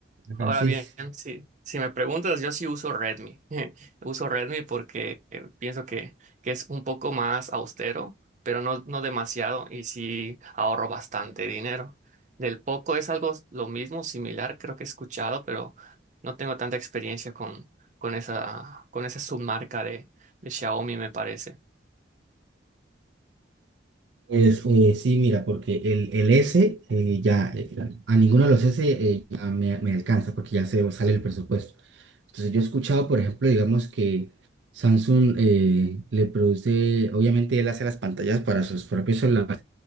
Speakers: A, on the right; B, on the right.
A: Ahora
B: Así
A: bien,
B: es.
A: si, si me preguntas, yo sí uso Redmi. <laughs> Uso Redmi porque eh, pienso que, que es un poco más austero, pero no, no demasiado y sí ahorro bastante dinero. Del Poco es algo lo mismo, similar, creo que he escuchado, pero no tengo tanta experiencia con, con esa, con esa submarca de, de Xiaomi, me parece.
B: Pues eh, sí, mira, porque el, el S eh, ya, eh, a ninguno de los S eh, ya me, me alcanza porque ya se sale el presupuesto. Entonces yo he escuchado, por ejemplo, digamos que Samsung eh, le produce, obviamente él hace las pantallas para sus propios celulares,